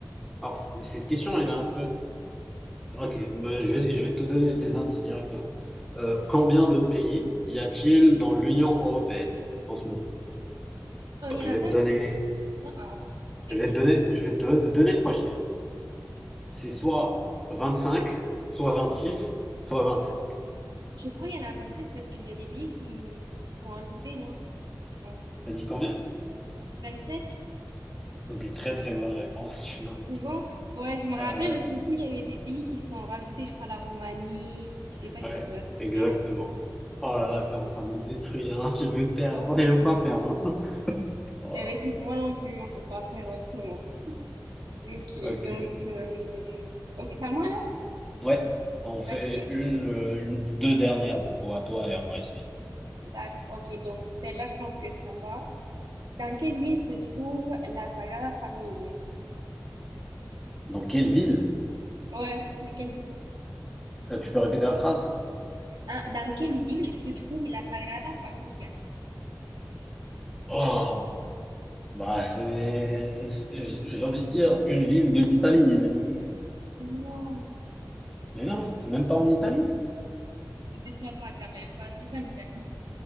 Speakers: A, in the centre; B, on the right.
A: Alors, cette question, elle est un peu. Ok, bah, je vais, je vais te donner des indices directement. Euh, combien de pays y a-t-il dans l'Union européenne en ce moment?
B: Oh,
A: Donc,
B: il y
A: je
B: en
A: vais
B: a 25.
A: te donner
B: Non, ah, ok, ok,
A: Je vais te donner,
B: dis-moi.
A: je vais te do- donner trois chiffres. C'est
B: Ok.
A: soit 25, soit
B: Mhm.
A: 26, soit 27.
B: Je crois qu'il y en a 27 parce qu'il y a des pays qui, qui sont ajoutés, non? Je pense.
A: T'as dit combien?
B: 27?
A: Ok, très très bonne réponse, <laughs> tu vois.
B: Bon, ouais, je me
A: Ah
B: rappelle
A: là
B: parce
A: là,
B: qu'ici, il y avait des pays qui se sont rajoutés, je crois, la Roumanie, je sais pas
A: ouais,
B: qui d'autre.
A: Exactement.
B: Bref.
A: Oh là
B: Et
A: là,
B: puis,
A: t'es en train de me détruire. hein. Je vais perdre. J'aime pas perdre. <laughs> hein. oh
B: eh
A: là
B: ben, écoute, moi non plus, on peut pas faire autrement. Ok,
A: là. Ok.
B: donc, euh, ok, c'est à moi là?
A: Ouais, on fait
B: Ok,
A: une, euh, une- deux dernières, du coup, à toi et à moi ici.
B: d'accord. Ok, donc celle-là, je pense que ça va. Dans quelle ville se trouve la Sagrada Familia?
A: Dans quelle ville?
B: Ouais, dans quelle ville?
A: Euh, Tu peux répéter la phrase?
B: Ah, dans quelle ville se trouve la Sagrada Familia?
A: Oh, bah c'est, c'est- j'ai envie de dire une ville de l'Italie, mais
B: Non,
A: Mais non, même pas en Italie.
B: ne me déçois pas quand même. Enfin, c'est pas l'Italie.